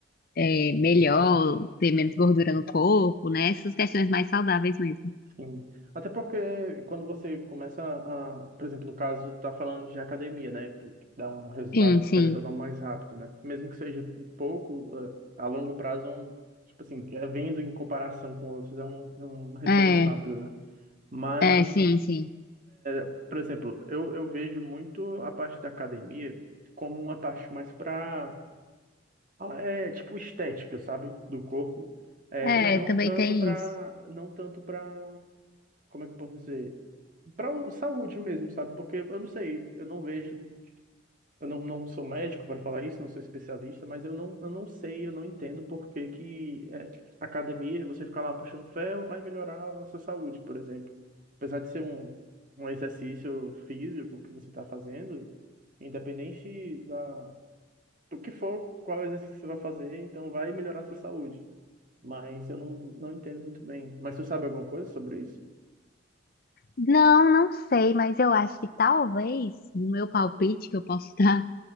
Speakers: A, on the left (about 50°); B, on the right (about 45°).
A: é, melhor, ter menos gordura no corpo, né? Essas questões mais saudáveis mesmo.
B: Sim. Até porque quando você começa a, por exemplo, no caso, tá falando de academia, né? Porque Dá um resultado,
A: Sim, sim.
B: querendo ou não, mais rápido, né? Mesmo que seja pouco, eh, a longo prazo, é um, tipo assim, é vendo em comparação com outros, é um, é um retorno
A: É,
B: rápido, né? Mas,
A: é, sim, sim.
B: por exemplo, eu, eu vejo muito a parte da academia como uma parte mais para, é, tipo, estética, sabe? Do corpo. É,
A: É,
B: e não
A: também
B: tanto
A: tem
B: para,
A: isso.
B: não tanto para como é que eu posso dizer? Para saúde mesmo, sabe? Porque eu não sei, eu não vejo, eu não, não sou médico para falar isso, não sou especialista, mas eu não, eu não sei, eu não entendo por que que é, academia, você ficar lá puxando ferro, vai melhorar a sua saúde, por exemplo. Apesar de ser um, um exercício físico que você está fazendo, independente da, do que for, qual exercício você vai fazer, então vai melhorar a sua saúde. Mas eu não, não entendo muito bem. Mas você sabe alguma coisa sobre isso?
A: Não, não sei, mas eu acho que talvez, no meu palpite que eu posso <laughs> dar,